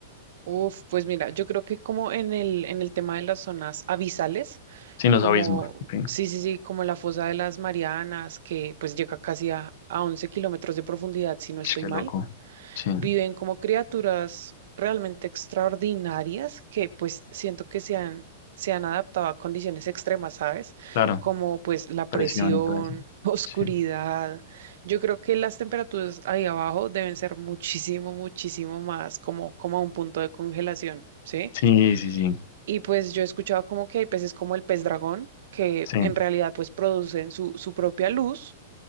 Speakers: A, on the right; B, on the left.
A: Uf, pues mira, yo creo que como en el, en el tema de las zonas abisales,
B: Sin los
A: como,
B: abismos. Ok.
A: sí, sí, sí, como la fosa de las Marianas, que pues llega casi a, a 11 kilómetros de profundidad, si no estoy
B: Ush, Qué
A: mal.
B: loco. Sí,
A: viven como criaturas realmente extraordinarias que pues siento que se han, se han adaptado a condiciones extremas, ¿sabes?
B: claro.
A: Como pues la
B: Presión
A: presión,
B: y todo eso.
A: <laughs> oscuridad.
B: Sí,
A: Yo creo que las temperaturas ahí abajo deben ser muchísimo, muchísimo más como, como a un punto de congelación, ¿sí?
B: sí, sí, sí.
A: Y pues yo he escuchado como que hay peces como el pez dragón, que
B: Sí.
A: en realidad pues producen su, su propia luz